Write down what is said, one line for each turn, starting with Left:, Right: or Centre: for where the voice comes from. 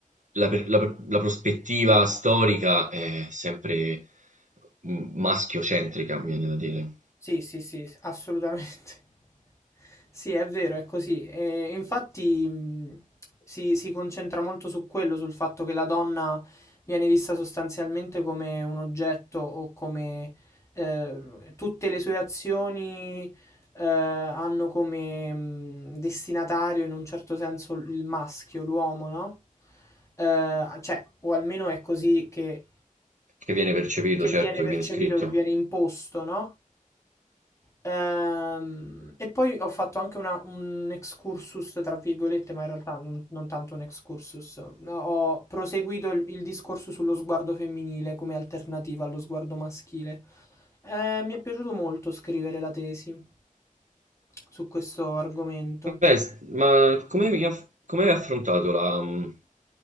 Right: la, per- la per- la prospettiva storica è sempre mh, maschiocentrica, mi viene da dire,
Left: Sì, sì, sì, s- assolutamente. <laughs> Sì, è vero, è così. E infatti mh, si, si concentra molto su quello, sul fatto che la donna viene vista sostanzialmente come un oggetto o come eh, tutte le sue azioni eh, hanno come mh, destinatario in un certo senso il maschio, l'uomo, no? Eh, cioè, o almeno è così che,
Right: che viene percepito,
Left: che
Right: certo,
Left: viene percepito,
Right: che viene scritto.
Left: che viene imposto, no? Ehm, e poi ho fatto anche una- un excursus, tra virgolette, ma in realtà non, non tanto un excursus. No, Ho proseguito il, il discorso sullo sguardo femminile come alternativa allo sguardo maschile. Eh, mi è piaciuto molto scrivere la tesi su questo argomento.
Right: Beh, s- ma come vi aff- come hai affrontato la, mh,